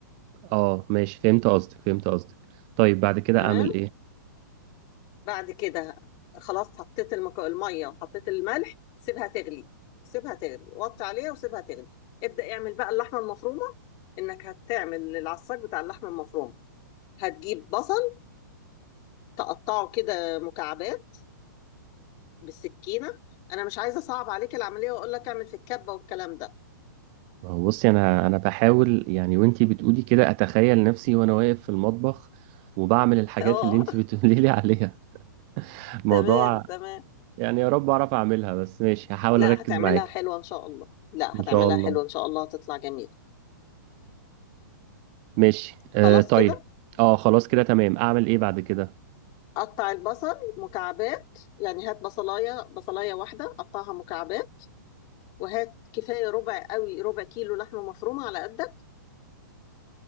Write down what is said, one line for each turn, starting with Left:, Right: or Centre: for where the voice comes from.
Right: اه ماشي فهمت قصدك فهمت قصدك طيب بعد كده
Left: تمام
Right: اعمل ايه
Left: بعد كده خلاص حطيت المك... الميه وحطيت الملح سيبها تغلي سيبها تغلي وطي عليها وسيبها تغلي ابدأ اعمل بقى اللحمه المفرومه انك هتعمل العصاج بتاع اللحمه المفرومه هتجيب بصل تقطعه كده مكعبات بالسكينه انا مش عايزه اصعب عليك العمليه واقول لك اعمل في الكبه والكلام ده
Right: ما هو بصي انا انا بحاول يعني وانتي بتقولي كده اتخيل نفسي وانا واقف في المطبخ وبعمل الحاجات
Left: <laughs> اه
Right: اللي انتي <laughs> بتقولي لي عليها <laughs> موضوع
Left: تمام تمام
Right: يعني يا رب اعرف اعملها بس ماشي هحاول
Left: لا
Right: اركز
Left: هتعملها
Right: معاك
Left: حلوه ان شاء الله لا
Right: ان
Left: هتعملها
Right: شاء الله
Left: حلوه ان شاء الله هتطلع جميل
Right: ماشي
Left: خلاص
Right: آه طيب
Left: كده
Right: اه خلاص كده تمام اعمل ايه بعد كده
Left: قطع البصل مكعبات يعني هات بصلايه بصلايه واحده قطعها مكعبات وهات كفايه ربع قوي ربع كيلو لحمه مفرومه على قدك